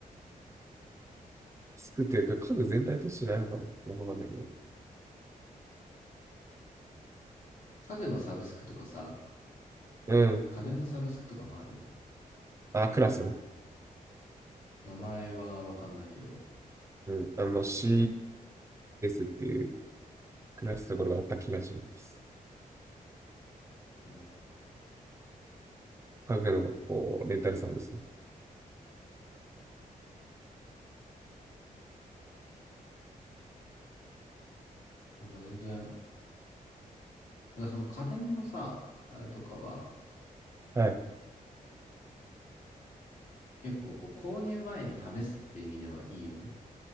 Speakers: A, on the right; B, on the left.
A: 作ってるか、家具全体としてないのかなよくわかんないけど。
B: 家具のサブスクとかさ、
A: うん。
B: 家電のサブスクとかもあるよね。
A: あ、クラス。
B: 名前はわかんないけど。
A: うん。あの、CLASS っていうクラスところがあった気がします。
B: うん。
A: 家具のこうレンタルサービス。
B: なんか全然、だからその家電のさ、あれとかは、
A: はい。
B: 結構こう購入前に試すって意味ではいいよね。